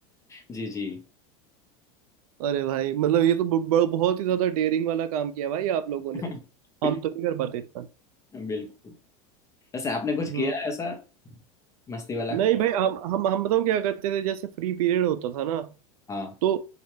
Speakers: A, on the left; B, on the right.
A: जी जी
B: अरे भाई मतलब ये तो ब- ब- बहुत ही ज्यादा डेयरिंग वाला काम किया भाई आप लोगों
A: <laughs>
B: ने हम तो नहीं कर पाते इतना
A: बिल्कुल वैसे आपने कुछ किया
B: हम्म
A: है ऐसा मस्ती वाला
B: नहीं भाई हम हम हम बताऊँ क्या करते थे जैसे फ्री पीरियड होता था ना
A: हाँ
B: तो